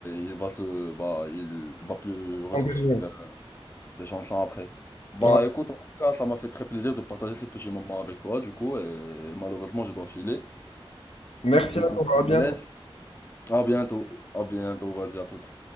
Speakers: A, on the left; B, on the left.
A: il va se, bah, il va plus ressortir.
B: en dernier.
A: des chansons après. Bah
B: Ouais.
A: écoute, en tout cas, ça m'a fait très plaisir de partager ce petit moment avec toi, du coup, et malheureusement, je dois filer.
B: Merci
A: Du
B: à toi,
A: coup, je
B: à
A: te
B: bientôt.
A: laisse. À bientôt, à bientôt, vas-y, à toute.